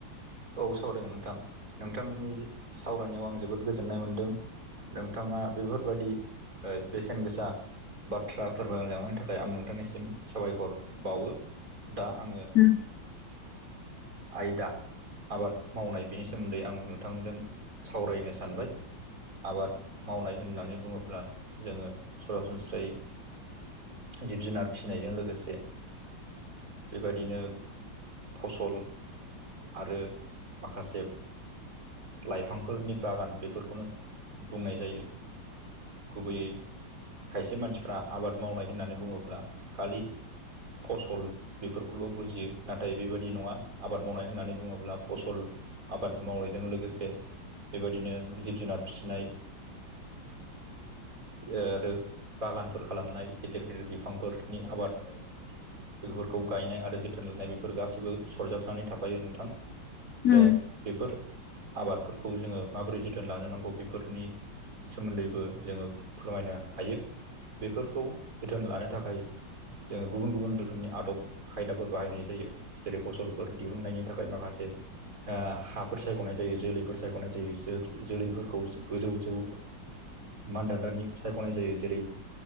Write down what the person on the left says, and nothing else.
उम
<inaudible>
उम